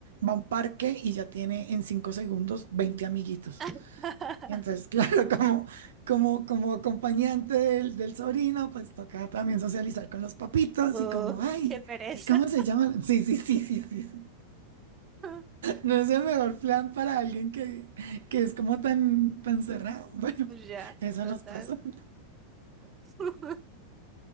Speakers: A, on the right; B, on the right.
A: va a un parque y ya tiene en cinco segundos 20 amiguitos.
B: <laughs>
A: Y Entonces, <laughs> claro, como, como, como acompañante del, del sobrino, pues toca también socializar con los papitos
B: Uh,
A: y como, ay,
B: qué pereza.
A: ¿y cómo se llama? Sí, sí, sí, sí, sí, sí.
B: <laughs>
A: No es el mejor plan para alguien que, que es como tan, tan cerrado. <laughs> Bueno,
B: Ya,
A: eso
B: total.
A: nos pasa.
B: <laughs>